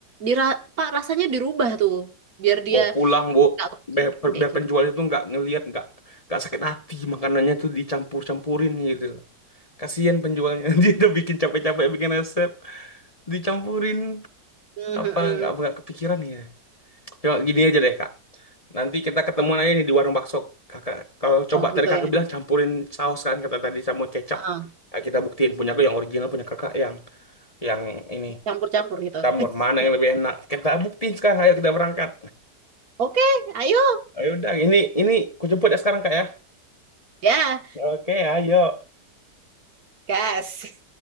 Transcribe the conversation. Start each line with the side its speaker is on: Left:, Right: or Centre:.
Right: dira Pak rasanya dirubah tuh, biar dia
Left: bawa pulang bu
Right: nggak kepikiran
Left: biar,
Right: kayak
Left: biar
Right: gitu.
Left: penjual itu nggak ngelihat nggak nggak sakit hati makanannya tuh dicampur-campurin gitu loh kasihan penjualnya <laughs> dia udah bikin capek-capek bikin resep dicampurin
Right: Hmm,
Left: apa
Right: hmm, hmm.
Left: nggak nggak kepikiran ya Coba gini aja deh kak. Nanti kita ketemuan aja nih di warung bakso kakak. Kalau coba
Right: Oh gitu
Left: tadi kakak
Right: ya.
Left: bilang campurin saus kan kata tadi sama kecap.
Right: Ah,
Left: Nah, kita buktiin punya aku yang original punya kakak yang yang ini
Right: Campur-campur gitu.
Left: jamur
Right: <laughs>
Left: mana yang lebih enak. Kita buktiin sekarang. Ayo kita berangkat.
Right: Oke, ayo
Left: Ayo udah ini ini ku jemput ya sekarang kak ya.
Right: ya,
Left: Oke ayo.
Right: gas.